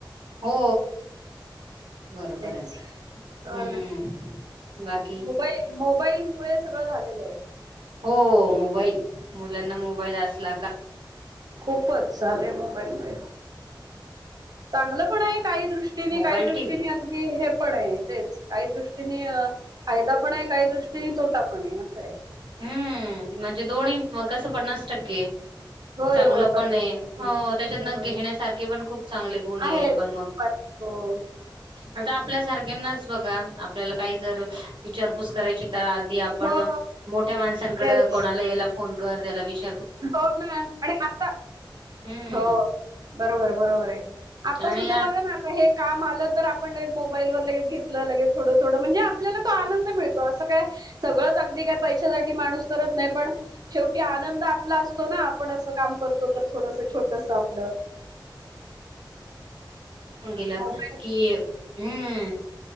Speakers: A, on the right; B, on the right.
A: हो बरोबर
B: तेच
A: आहे ना
B: हो
A: हम्
B: ना
A: बाकी.
B: मोबाईल मोबाईल मुळे सगळं झालेलं आहे.
A: हो, मोबाईल मुलांना मोबाईल असला का
B: खूपच झालेय मोबाईल मुळे चांगलं पण आहे. काही दृष्टीने
A: मोबाईल
B: काही दृष्टीने
A: टीव्ही
B: अगदी हे पण आहे तेच काही दृष्टीनी अ.. फायदा पण आहे. काही दृष्टीनी तोटापण आहे. सय.
A: हम्म, म्हणजे दोन्ही म कसं पन्नास टक्के.
B: होय
A: चांगलं
B: होय पन्नास
A: पण आहे.
B: टक्के
A: हो त्याच्यातन
B: होय
A: घेण्यासारखे पण खूप चांगले गुणे
B: आहेत
A: पण मग.
B: हो
A: आता आपल्या सारख्यांनाच बघा, आपल्याला काही जर इचारपूस करायची तर आधी आपण
B: हो
A: मोठ्या माणसांनकड
B: तेच
A: कोणाला येला फोन कर त्याला विष
B: हो ना आणि आता
A: हम्म
B: होय, बरोबर आहे. बरोबर आहे. आता
A: आणि
B: सुद्धा
A: आत
B: बघा ना आता हे काम आलं तर आपण लगेच मो बाईल वर लगेच घेतलं, लगेच थोडं थोड म्हणजे आपल्याला तो आनंद मिळतो. असं काय सगळच ते काय पैशासाठी माणूस करत नाही. पण शेवटी आनंद आप आपला असतो ना आपण असं काम करतो तर थोडस छोटस आपलं.
A: म <unintelligible> गेला
B: मोबाईल
A: की हम्म